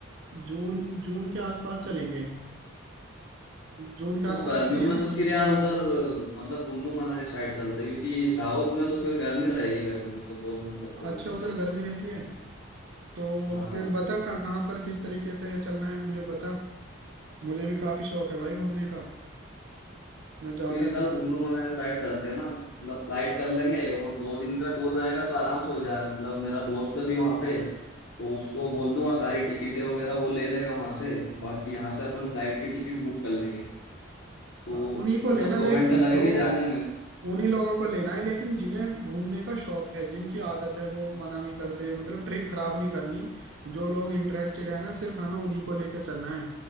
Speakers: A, on the right; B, on the left.
A: जून जून के आसपास चलेंगे जून के
B: तो
A: आसपास
B: गर्मियों
A: फ्री है
B: में
A: ना
B: तो फिर यार उधर अ, मतलब कुल्लू मनाली साइड चलते हैं, क्योंकि साउथ में तो फिर गर्मी रहेगी गर्मी में तो बहुत मतलब प्रॉब्लम
A: अच्छा उधर
B: आएगी
A: गर्मी रहती है तो
B: हाँ
A: फिर बता कहाँ कहाँ पर किस तरीके से चलना है मुझे बता मुझे भी काफी शौक है भाई घूमने का मैं जाता
B: फिर इधर
A: रहता हूँ
B: कुल्लू मनाली साइड चलते हैं ना मतलब फ्लाइट कर लेंगे और दो दिन का टूर रहेगा तो आराम से हो जाएगा मतलब मेरा दोस्त भी वहाँ पे तो उसको बोल दूंगा सारी टिकटें वगैरह वो ले लेगा वहाँ से बाकी यहाँ से अपन फ्लाइट की टिकट बुक कर लेंगे तो
A: हाँ उन्हीं को
B: मतलब
A: लेना
B: दो
A: देख
B: घंटे लगेंगे
A: जो
B: जाने में
A: उन्हीं लोगों को लेना है लेकिन जिन्हें घूमने का शौक है जिनकी आदत है वो मना नहीं करते मतलब ट्रिप खराब नहीं करनी जो लोग इंटरेस्टेड है ना सिर्फ हमें उन्हीं को लेकर चलना है